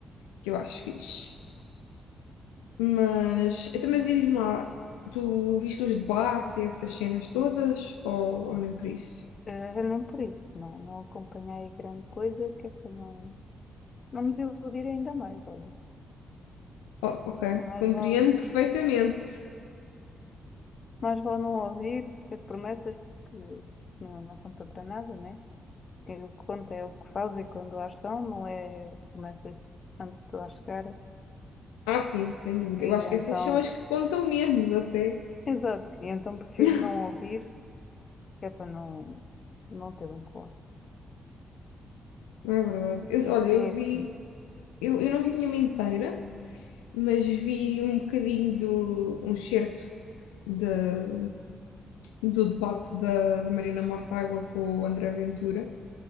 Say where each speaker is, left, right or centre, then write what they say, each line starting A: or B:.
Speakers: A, on the left; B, on the left.
A: que eu acho fixe. Mas, então, mas e diz-me lá, tu viste os debates e essas cenas todas ou, ou nem por isso?
B: Eh, não por isso, não, não acompanhei grande coisa, que é para não, não me desiludir ainda mais, olha.
A: Oh, ok,
B: Mais
A: compreendo
B: vale.
A: perfeitamente.
B: Mais vale não ouvir as promessas, porque não, não conta para nada, né? Que O que conta é o que faz e quando as são, não é promessas antes de tu lá chegar.
A: Ah, sim, sem dúvida.
B: E
A: Eu acho que essas
B: então,
A: são as que contam menos até.
B: exato, e então prefiro
A: <laughs>
B: não ouvir, que é para não, não ter um colado.
A: Não é verdade. Eu, olha, eu
B: É assim,
A: vi, eu, eu não vi nenhuma inteira, mas vi um bocadinho do um certo da do debate da, da Marina Mortágua com o André Ventura